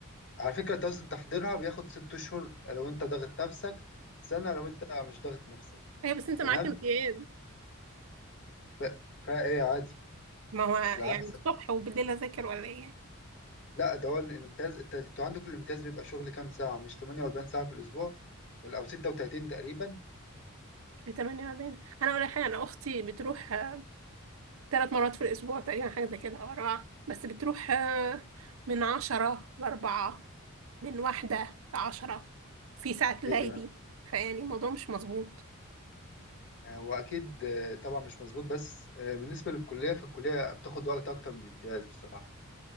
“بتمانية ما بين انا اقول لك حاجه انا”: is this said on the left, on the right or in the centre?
Right